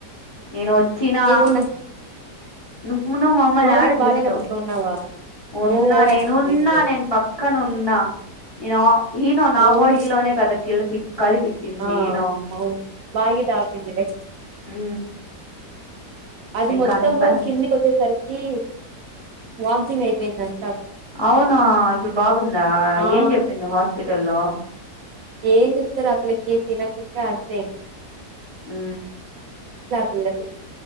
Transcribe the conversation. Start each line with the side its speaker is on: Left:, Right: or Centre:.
Left: నేనోచ్చినా
Right: ఏమో నా
Left: ను మమ్మల్ని
Right: మౌనికి
Left: యాడ
Right: బాలేనప్పుడు
Left: చూస్తావ్
Right: ఉన్నావా నువ్వు
Left: ఉన్నా
Right: ఓవరాక్షన్
Left: నేనున్నా
Right: చేయొద్దు
Left: నేను పక్కనున్నా నేను ఈనో నా
Right: మౌని
Left: బాటిలోనే కదా కిలిపి కలిపించింది
Right: ఆ
Left: ఈనో
Right: అవును బాగా తాగుతుందిలే
Left: ఉ
Right: అది మొత్తము
Left: కనపరా
Right: కిందికోచ్చేసరికి వాంతింగ్ అయిపోయిందంట
Left: అవ్నా ఇప్పుడు బాగుందా
Right: ఆ
Left: ఏం చెప్పిండ్రు హాస్పిటల్లో
Right: ఏం చెప్తారు ఆ పిల్లకి తినకుంటే అంతే
Left: ఉ
Right: పిల్లకి